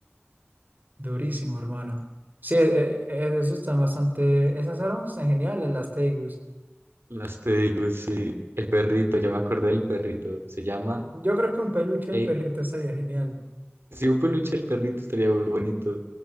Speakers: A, on the right; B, on the right.
A: durísimo, hermano. Sí, eh, eh, eso está bastante, esas armas están geniales, las Tegus.
B: Las te digo, sí. El perrito, ya me acordé del perrito. Se llama...
A: Yo creo que un peluche
B: Hey,
A: del perrito estaría genial.
B: si un peluche del perrito estaría muy bonito.